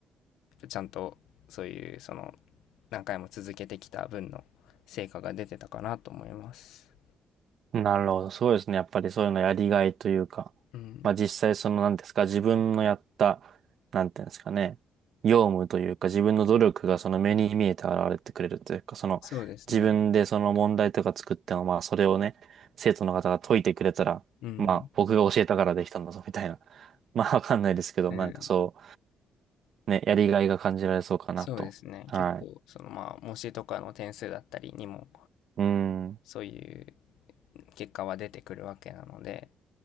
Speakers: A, on the left (about 85°); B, on the right (about 60°).
A: ちゃんとそういうその何回も続けてきた分の成果が出てたかなと思います。
B: なるほど。そうですね。やっぱりそういうのやりがいというか、
A: うん、
B: まあ実際その何ですか、自分のやった、なんていうんですかね、業務というか自分の努力がその目に見えて現れてくれるというか、その自分でその問題とか作っても、
A: そうですね。
B: まあそれをね、生徒の方が解いてくれたら、
A: うん、
B: まあ僕が教えたからできたんだぞみたいな。<laughs> まあわかんないですけど、
A: うん、
B: なんかそう、ね、やりがいが感じられそうかなと。
A: そうですね。
B: はい。
A: 結構そのまあ模試とかの点数だったりにも
B: うーん。
A: そういう結果は出てくるわけなので、